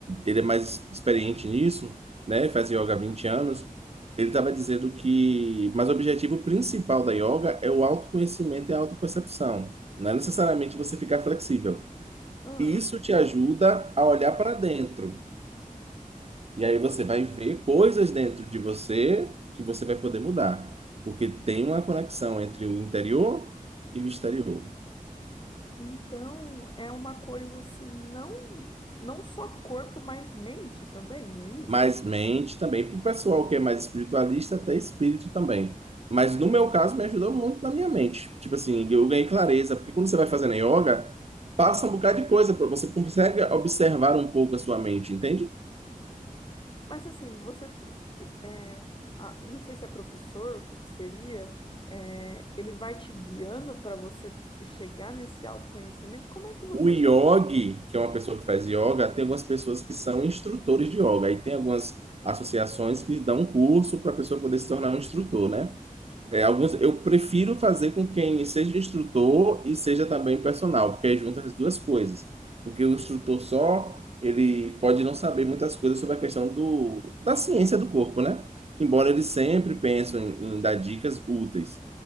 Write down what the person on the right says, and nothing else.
ele é mais experiente nisso, né? Faz yoga há 20 anos. Ele estava dizendo que, mas o objetivo principal da yoga é o autoconhecimento e a autopercepção. Não é necessariamente você ficar flexível.
E isso te ajuda a olhar para dentro. E aí você vai ver coisas dentro de você que você vai poder mudar, porque tem uma conexão entre o interior e o exterior.
Mas mente também, para o pessoal que é mais espiritualista, até espírito também. Mas no meu caso, me ajudou muito na minha mente. Tipo assim, eu ganhei clareza, porque quando você vai fazendo yoga, passa um bocado de coisa, você consegue observar um pouco a sua mente, entende?
O yogi,
que é uma pessoa que faz yoga, tem algumas pessoas que são instrutores de yoga. Aí tem algumas associações que dão um curso para a pessoa poder se tornar um instrutor, né? É, alguns, eu prefiro fazer com quem seja instrutor e seja também personal, porque aí junta as duas coisas. Porque o instrutor só, ele pode não saber muitas coisas sobre a questão do, da ciência do corpo, né? Embora eles sempre pensam em, em dar dicas úteis.